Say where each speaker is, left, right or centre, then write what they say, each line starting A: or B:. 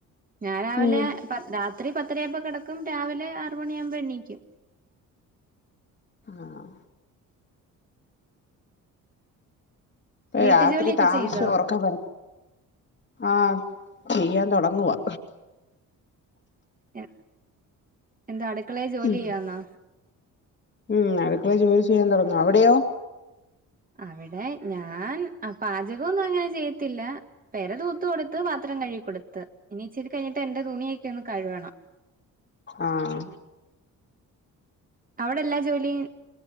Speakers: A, on the right; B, on the left.
A: ഞാൻ രാവിലെ
B: ഉം
A: പ രാ ത്രി പത്തരായപ്പം കെടക്കും. രാവിലെ ആറുമണിയാവുമ്പം എണീക്കും.
B: ആഹ് ഏഹ്
A: വീട്ടു
B: രാത്രി
A: ജോലിയൊക്കെ
B: താമസ്ച്ചാ
A: ചെയ്തോ
B: ഒറക്കം വര ആഹ് ചെയ്യാൻ തൊടങ്ങുവാ
A: എ എന്താ അടുക്കളേ ജോലിയ്യാന്നോ?
B: ഉം ഉം അടുക്കളെ ജോലി ചെയ്യാൻ തുടങ്ങും അവിടെയോ
A: അവിടെ ഞാൻ പാചകം ഒന്നും അങ്ങനെ ചെയ്യത്തില്ല പെരതൂത്ത് കൊടുത്ത് പത്രം ത്രം കഴികൊടുത്ത് ഇനി ഇച്ചിരി കഴിഞ്ഞിട്ട് എന്റെ തുണിയൊക്കെ ഒന്ന് കയുകണം.
B: ആഹ്
A: അവിടെ എല്ലാ ജോലിയും